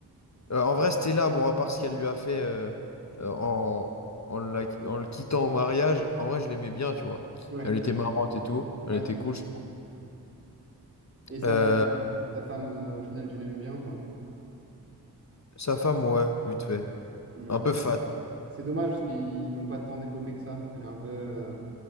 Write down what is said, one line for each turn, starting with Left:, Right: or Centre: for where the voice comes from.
Left: Euh, en vrai, Stella, bon, à part ce qu'elle lui a fait euh, euh, en, en, la- en le quittant au mariage, en vrai, je l'aimais bien, tu vois.
Right: Ouais,
Left: Elle était marrante et tout. Elle
Right: ouais.
Left: était cool. je trouve.
Right: Et sa,
Left: Euh,
Right: sa femme, euh, au final, tu l'aimais bien ou pas?
Left: sa femme, ouais, vite fait.
Right: Ouais.
Left: Un peu fade.
Right: C'est dommage parce qu'ils l'ont pas tant développé que ça. Elle est un peu. euh,